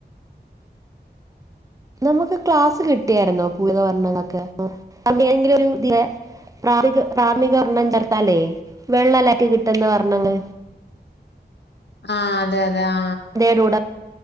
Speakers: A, on the right; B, on the left.
A: നമുക്ക് ക്ലാസ് കിട്ട്യാര്ന്നോ <unintelligible> പ്രാരിക് പ്രാർമികവർണ്ണം ചേർത്താലേ വെള്ളംല്ലാറ്റി കിട്ടുന്ന വർണ്ണങ്ങൾ
B: ആ അതെ അതെ ആ
A: ടോട